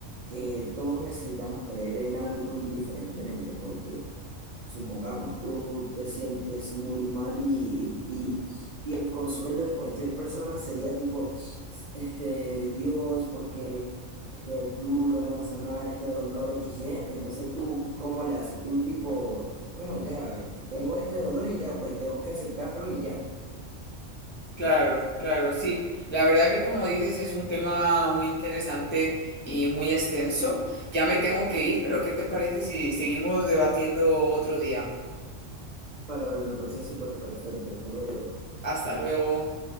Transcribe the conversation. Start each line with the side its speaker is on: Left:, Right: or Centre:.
Right: que todos necesitamos creer en algo indiferentemente, porque supongamos, tú te sientes muy mal y... y y el consuelo de cualquier persona sería tipo, este, Dios, porque este, ayúdame a sanar este dolor XY. Entonces tú, ¿cómo le haces? Tú tipo, bueno, ya, tengo este dolor y ya, pues tengo que aceptarlo y ya.
Left: Claro, claro, sí. La verdad que como dices es un tema muy interesante y muy extenso. Ya me tengo que ir, pero ¿qué te parece si seguimos debatiendo otro día?
Right: Vale, vale, me parecía súper perfecto. Hasta luego.
Left: Hasta luego.